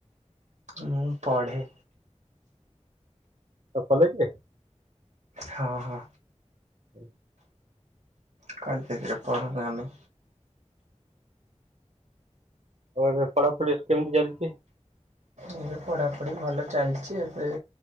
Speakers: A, on the right; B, on the right.
A: ମୁଁ ପଢେ।
B: ଆଉ କଲେଜରେ?
A: ହଁ ହଁ।
B: ହୁଁ
A: କଲେଜ ରେ ପଢ଼ ତାହାନେ।
B: ଆଉ ଏବେ ପଢା ପଢି କେମିତି ଚାଲିଛି?
A: ଏବେ ପଢାପଢି ଭଲ ଚାଲିଛି, ଏବେ